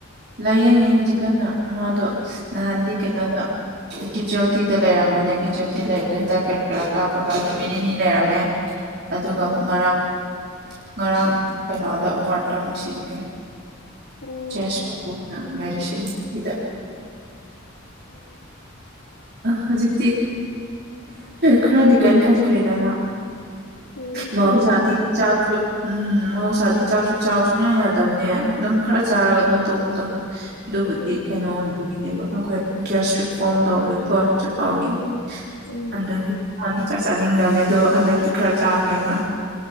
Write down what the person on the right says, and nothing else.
ꯂꯥꯏꯌꯦꯡꯉꯤ ꯍꯧꯖꯤꯛꯀꯥꯟꯅ ꯃꯥꯗꯣ ꯅꯍꯥꯟꯗꯤ ꯀꯩꯅꯣꯗ ꯀꯦꯖꯨꯋꯦꯜꯇꯤꯗ ꯂꯩꯔꯝꯕꯅꯦ ꯀꯦꯖꯨꯋꯦꯜꯇꯤ ꯂꯩꯕꯗꯣ ꯍꯤꯗꯥꯛ ꯀꯔꯤ ꯀꯔꯥ ꯀꯥꯞꯄꯒ ꯅꯨꯃꯤꯠ ꯅꯤꯅꯤ ꯂꯩꯔꯝꯃꯦ ꯑꯗꯨꯒ
ꯑꯃꯨꯛ ꯉꯔꯥꯡ ꯉꯔꯥꯡ ꯀꯩꯅꯣꯗ ꯑꯦꯋꯥꯔꯠꯇ ꯑꯃꯨꯛ ꯁꯤꯟꯈ꯭ꯔꯦ
ꯆꯁ ꯄꯗ ꯕꯔꯤꯁꯟ ꯍꯗ
ꯍꯧꯖꯤꯛꯇꯤ ꯈꯔꯗꯤ ꯀꯟꯈꯠꯈ꯭ꯔꯦꯗꯃ
ꯃꯥꯕꯨ
ꯁꯥꯗꯤ ꯆꯥ ꯎꯝ ꯃꯍꯧꯁꯥꯗꯤ ꯆꯥꯛꯁꯨ ꯆ ꯁꯨꯡꯅ ꯌꯥꯗꯕꯅꯦ ꯑꯗꯨꯝ ꯈꯔ ꯆꯥꯔꯒ ꯑꯗꯨꯝ ꯇꯣꯛꯄꯗꯣ ꯑꯗꯨꯕꯨꯗꯤ
ꯀꯩꯅꯣ ꯑꯣꯏꯕꯒꯤꯅꯦꯕ ꯑꯩꯈꯣꯏ ꯒ꯭ꯁꯇ꯭ꯔꯤꯛ ꯐꯣꯝ ꯇꯧꯔꯣꯏꯀꯣ ꯆꯀꯥꯥꯎꯒꯦꯖ
ꯆꯥꯛ ꯆꯥꯅꯤꯡꯗꯕꯅꯦ ꯑꯣ ꯍꯟꯗꯛꯇꯤ ꯈꯔ ꯆꯥꯈ꯭ꯔꯦ ꯃꯥ